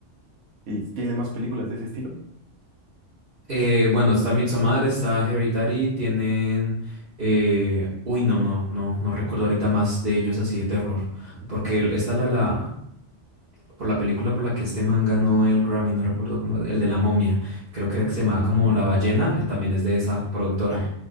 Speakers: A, on the right (about 75°); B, on the right (about 45°).
A: ¿Y tiene más películas de ese estilo?
B: Eh, bueno, está Midsommar, está Hereditary, tienen... eh, Uy, no, no, no, no recuerdo ahorita más de ellos así de terror.
A: Ujú.
B: Porque el- está la, la... Por la película por la que este man ganó el Grammy, no recuerdo cómo... El de la momia. Creo que era que se llamaba
A: Mm,
B: como La Ballena, eh, también es de esa productora.